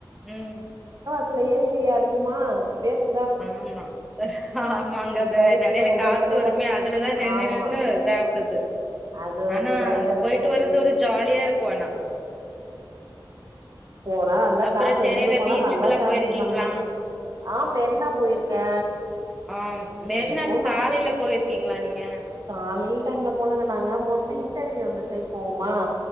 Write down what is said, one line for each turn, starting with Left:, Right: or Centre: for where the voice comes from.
Centre: உம்
Right: மொகத்ல ஏசி அடிக்குமா வேர்க்
Centre: ஆமா ஆ ஆமா அங்கது
Right: கடைக்கில
Centre: நடையில
Right: ஒவ்வொரு
Centre: காத்து
Right: கடையில
Centre: வருமே அதுலதா நின்னு
Right: ஆமா
Centre: நின்னு இதாவுறது
Right: அது ஒரு
Centre: ஆனா
Right: ஜாலியா
Centre: அங்க
Right: இருக்கு
Centre: போயிட் விட்டு வரது
Right: பேஸ்
Centre: ஒரு ஜாலியா இருக்கு ஆனா
Right: ஆ நல்லா
Centre: அப்புறோ
Right: காசு
Centre: சென்னையில
Right: எடுத்துட்டு போனா
Centre: பீச்சுக்குல்லா
Right: நல்லா ஷாப்பிங்
Centre: போயிருக்கீங்களா
Right: பண்லா ஆம மெரின்ன போயிருக்கே
Centre: ஆ மெரினாக்கு
Right: எப்போன்னா
Centre: காலையில போயிருக்கீங்களா நீங்க
Right: காலேயில் டைம்ல போனது நாங்க மோஸ்ட்லி இன்டர்வியூ அந்த சைடு போமா